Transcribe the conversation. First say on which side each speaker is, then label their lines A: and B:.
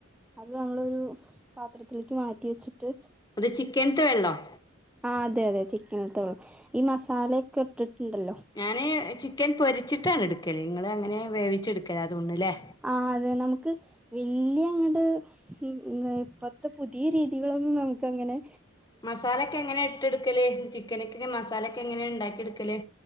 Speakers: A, in the centre; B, on the left (about 20°).
A: അത് നമ്മളൊരു പാത്രത്തിലേക്ക് മാറ്റി വെച്ചിട്ട്.
B: അത് ചിക്കൻത്തെ വെള്ളം.
A: ആഹ് അതെ അതെ ചിക്കനിത്തെ വെളളം ഈ മസാലെക്കെ ഇട്ട്ട്ട് ണ്ടല്ലോ.
B: ഞാന് ചിക്കൻ പൊരിച്ചിട്ടാണ് ഇട്ക്കല് നിങ്ങള് അങ്ങനെ വേവിച്ചെടുക്കലാതോന്ന്ണ ലേ.
A: ആഹ് അതെ നമുക്ക് വല്ല്യങ്ങട്. ഉം എ ഇപ്പത്തെ പുതിയ രീതികളൊന്നും നമുക്കങ്ങനെ.
B: മസാലക്കെങ്ങനെ ഇട്ട്ട്ക്കല് ചിക്കന്ക്ക് മസാലക്കെങ്ങനെ ണ്ടാക്കിട്ക്കല്.